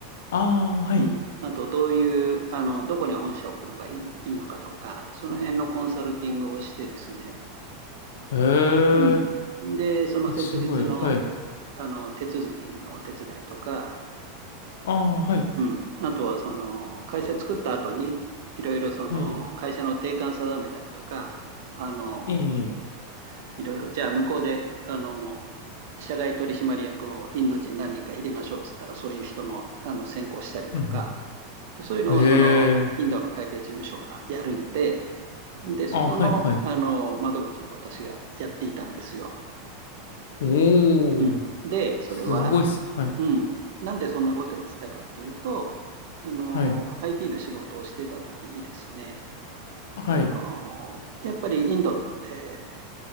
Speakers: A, on the left; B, on the right.
A: ああ、はい。
B: うん、あとどういう、あの、どこに本社を置くのがいいいいのかとか、その辺のコンサルティングをしてですね、
A: へえ。
B: うん。で、その設立の、
A: あ、すごい。はい。
B: あの手続きのお手伝いとか、
A: ああ、はい。
B: うん。あとは、その、会社作った後に、いろいろその、
A: はい。
B: 会社の定款定めたりとか、あの、
A: ええ。
B: いろいろ、じゃあ向こうで、あの、社外取締役をインド人何人か入れましょうっつったら、そういう人の、あの、選考したりとか、
A: うん
B: そういうのを、
A: うん。へえ。
B: その、インドの会計事務所がやるんで、で、そこの、
A: ああ、はい、はい。
B: あの、窓口を私がやっていたんですよ。
A: おお。
B: うん。で、それは、
A: すごいっすね。はい。
B: うん。なんでそんなことやってたかっていうと、その
A: はい。
B: IT の仕事をしてた時にですね、
A: はい。
B: あの、やっぱりインドって